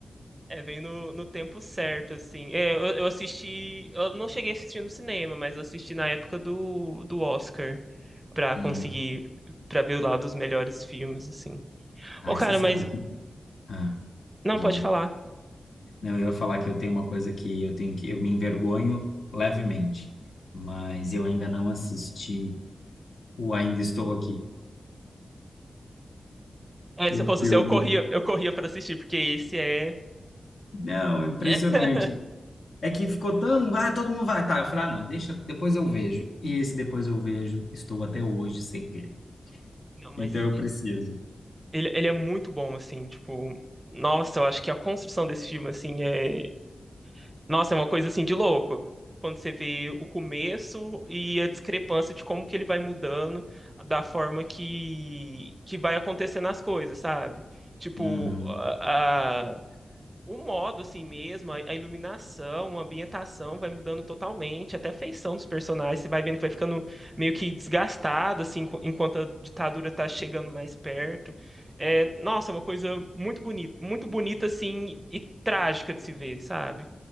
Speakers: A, on the right; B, on the left.
A: É, vem no, no tempo certo, assim. É, eu, eu assisti. Eu não cheguei a assistir no cinema, mas eu assisti na época do, do Oscar, pra
B: Não.
A: conseguir, pra ver lá dos melhores filmes, assim.
B: Aí
A: Ô, cara,
B: você sabe
A: mas.
B: que. Ah,
A: Não,
B: diga.
A: pode falar.
B: Não, eu ia falar que eu tenho uma coisa que eu tenho que eu me envergonho levemente, mas eu ainda não assisti o Ainda Estou Aqui,
A: É,
B: o
A: se eu fosse
B: filme.
A: você, eu corria, eu corria para assistir, porque esse é.
B: Não, é impressionante.
A: <laughs>
B: É que ficou tão. Ah, todo mundo vai. Tá, eu falei, ah, não, deixa, depois eu vejo. E esse depois eu vejo, estou até hoje sem ver.
A: Não, mas
B: Então eu preciso.
A: ele, ele é muito bom, assim, tipo. Nossa, eu acho que a construção desse filme, assim, é. Nossa, é uma coisa, assim, de louco. Quando você vê o começo e a discrepância de como que ele vai mudando, da forma que, que vai acontecendo as coisas, sabe? Tipo,
B: Uhum,
A: a, a- O modo, assim mesmo, a a iluminação, a ambientação vai mudando totalmente, até a feição dos personagens, você vai vendo que vai ficando meio que desgastado, assim, enqu- enquanto a ditadura tá chegando mais perto. É, nossa, é uma coisa muito bonita, muito bonita, assim, e trágica de se ver, sabe?